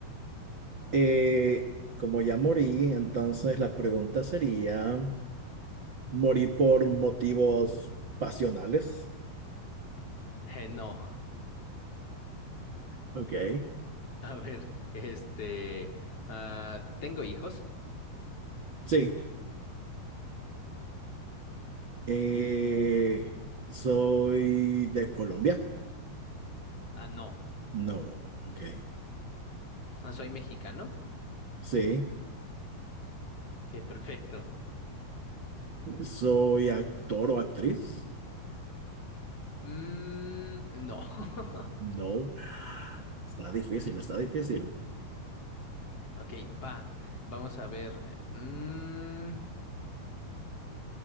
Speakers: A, on the right (about 45°); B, on the left (about 40°).
A: Eh, como ya morí, entonces la pregunta sería, ¿morí por motivos pasionales?
B: Eh, no.
A: Ok.
B: A ver, este, ah, ¿tengo hijos?
A: Sí. Eh, ¿soy de Colombia?
B: Ah, no.
A: No. Ok.
B: Ah, ¿Soy mexicano?
A: Sí.
B: Ok, perfecto.
A: ¿Soy actor o actriz?
B: Mm, no. <laughs>
A: No. Está difícil, está difícil.
B: Ok, va. Vamos a ver. eh, mm,